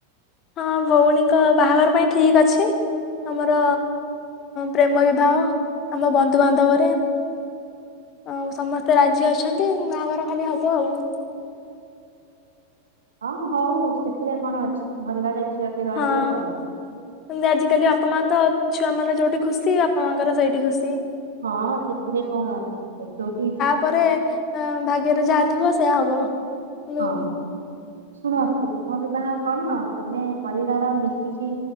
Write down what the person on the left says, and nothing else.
ହଁ ଭୋଉଣୀଙ୍କ ବାହାଘର ପାଇଁ ଠିକ ଅଛି। ଆମର ପ୍ରେମ ବିବାହ ଆମ ବନ୍ଧୁବାନ୍ଧବରେ। ଆଉ ସମସ୍ତେ ରାଜି ଅଛନ୍ତି ବାହାଘର ଖାଲି ହବ ଆଉ।
ହଁ
<unintelligible> ଆଜିକାଲି ବାପା ମା ତ ଛୁଆ ମାନେ ଯୋଉଠି ଖୁସି ବାପା ମାଙ୍କର ସେଇଠି ଖୁସି।
ପରେ ଭାଗ୍ୟରେ ଯାହା ଥିବ ସେଇୟା ହବ। କିନ୍ତୁ